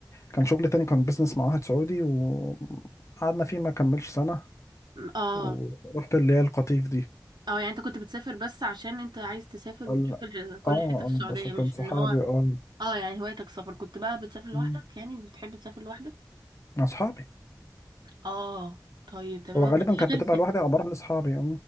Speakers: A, on the left (about 40°); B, on the right (about 80°).
A: كان شغل تاني كان بيزنس مع واحد سعودي وقعدنا فيه ما كملش سنه
B: اه
A: ورحت اللي هي القطيف دي
B: اه يعني انت كنت بتسافر بس عشان انت عايز تسافر
A: قال-
B: وتشوف
A: اه
B: ال- كل
A: اه
B: حتة في السعودية
A: بس كان
B: مش
A: صحابي
B: ان هو
A: اه
B: اه يعني هوايتك السفر كنت بقى بتسافر لوحدك
A: مم،
B: يعني بتحب تسافر لوحدك
A: اصحابي
B: اه طيب تمام
A: هو
B: طب
A: غالبا كانت
B: ايه غير
A: بتبقى
B: السفر
A: لوحدي او بروح لاصحابي